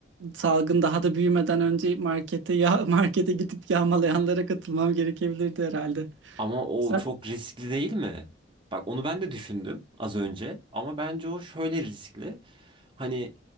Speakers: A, on the right; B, on the right.
A: salgın daha da büyümeden önce markete ya <laughs> markete gidip yağmalayanlara katılmam gerekebilirdi herhalde.
B: Ama o
A: Sen-
B: çok riskli değil mi? Bak onu ben de düşündüm az önce ama bence o şöyle riskli. Hani